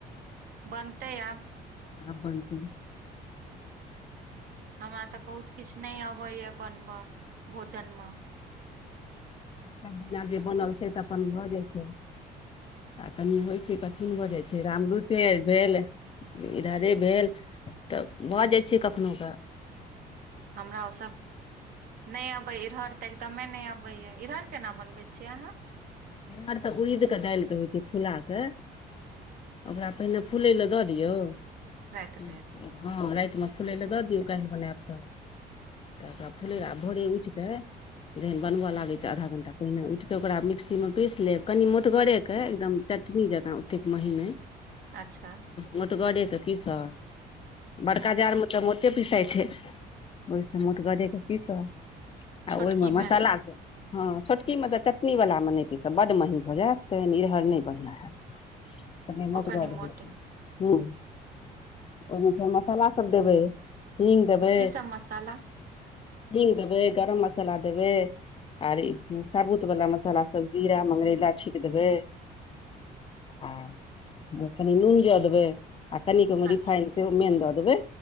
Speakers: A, on the right; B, on the left.
A: बनतै आब।
B: आ बलत।
A: हमरा त बहुत किछु नहि अबैएा बनबय भोजन मे।
B: सब्जी आ जे बनल छै त अपन भऽ जाइत छै। कनि होइ छै कठिन भऽ जाइ छै राम रुचे भेल। इधरे भेल त भऽ जाइ छी कखनोहु क।
A: हमरा ओ सभ। नहि अबैए इहड़ त एकदमे नहि अबैया इरहड़ केना बनबैत छियै अहाँ।
B: इार तऽ उड़द केडालिक के होइ छै फुला के। ओकरा पहिले फूलय ल दऽ दियौ।
A: राति
B: हँ
A: भरि
B: रायतमे फुलै ल दऽ दियौ कायल बनैब तऽ। त फुलै ल आ भोरे उठ कऽ। जहन बनबऽ लागि तऽ आधा घण्टा पहिने उठिकऽ ओकरा मिक्स। मे पीस लेब कनि मोटगरे कअ एकदम चटनी जकाँ ओतेक मही ने।
A: अच्छा
B: मोटगरे के पीसब बड़का
A: अच्छा
B: जाड़ मे तऽ मोट। कतेक पिसाई छैय ओहिसँ मोटगरेके पीसऽ ब आ
A: छोटकी
B: ओहिमे मसाला
A: मे
B: सब। हँ छोटकी मत चटनी वला मनै। इस बड्ड मही भऽ जायत त इहर नैय बढ़िआँ हयत कनी मोटगर
A: ओ कनि
B: रहै
A: मोट
B: छैय। ह ओयमे फेर मसाला सब देबै। हिंग दैबेई।
A: की सब मसाला
B: हींग दैबे गरम मसाला देबे आर ई साबुत वाला मसाला। सब जीरा मंगरैला छीट देबै। आ कनी नून ज देबै। आ कनीक रिफाइन
A: अच्छा
B: सेहो मैन दऽ देबै